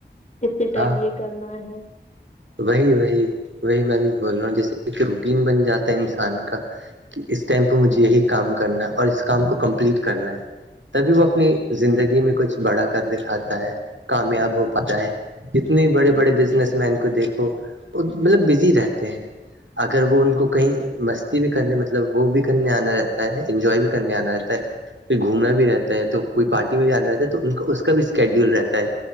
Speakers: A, on the left; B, on the right.
A: کتنے ٹائم
B: ہاں
A: یہ کرنا <unintelligible>
B: وہی وہی وہی میں بھی بول رہا ہوں جیسے ایک روٹین بن جاتا ہے انسان کا کہ اس ٹیم کو مجھے
A: ہوں،
B: یہی کام کرنا ہے اور اس کام کو کمپلیٹ کرنا ہے تبھی وہ اپنی زندگی میں کچھ بڑا کر دکھاتا ہے کامیاب ہو پاتا ہے جتنے بڑے
A: جی
B: بڑے
A: جی
B: بزنس مین کو دیکھو وہ مطلب بزی رہتے ہیں اگر وہ ان کو کہیں مستی بھی کرنے مطلب وہ بھی کرنے آنا رہتا ہے انجوائے بھی کرنے آنا رہتا ہے کہ گھومنا بھی رہتا ہے تو کوئی پارٹی میں بھی جانا رہتا ہے تو ان کا اس کا بھی اسکیڈیول رہتا ہے